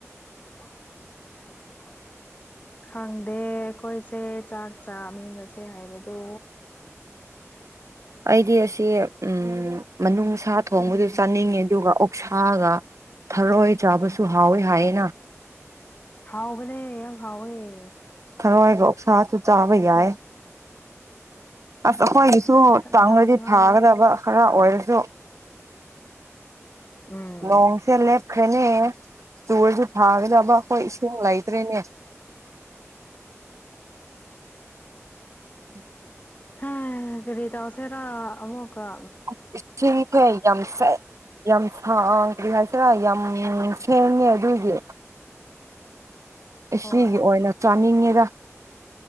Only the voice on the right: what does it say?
ꯑꯩꯗꯤ ꯑꯁꯤ ꯎꯝ ꯃꯅꯨꯡ ꯁꯥ ꯊꯣꯡꯕꯗꯨ ꯆꯥꯅꯤꯡꯉꯦ ꯑꯗꯨꯒ ꯑꯣꯛ ꯁꯥꯒ ꯊꯔꯣꯏ ꯆꯥꯕꯁꯨ ꯍꯥꯎꯋꯤ ꯍꯥꯏꯌꯦꯅ
ꯊꯥꯔꯣꯏꯒ ꯑꯣꯛꯁꯥꯁꯨ ꯆꯥꯕ ꯌꯥꯏ ꯑꯁ ꯑꯩꯈꯣꯏꯒꯤꯁꯨ
ꯆꯥꯡꯔꯗꯤ
ꯐꯥꯒꯗꯕ ꯈꯔ ꯑꯣꯏꯔꯁꯨ
ꯅꯣꯡꯁꯦ ꯂꯦꯞꯈ꯭ꯔꯦꯅꯦ ꯆꯨꯔꯥꯁꯨ ꯐꯥꯒꯗꯕ ꯑꯩꯈꯣꯏ ꯏꯁꯤꯡ ꯂꯩꯇ꯭ꯔꯦꯅꯦ ꯎꯝ
<unintelligible> ꯍꯣꯏ ꯌꯥꯝ <unintelligible> ꯑꯁꯤꯒꯤ
ꯑꯣꯏꯅ ꯆꯥꯅꯤꯡꯉꯤꯗ